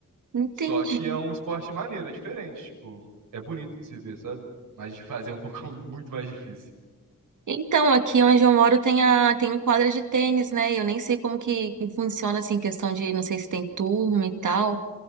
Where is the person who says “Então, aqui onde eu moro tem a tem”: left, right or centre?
Right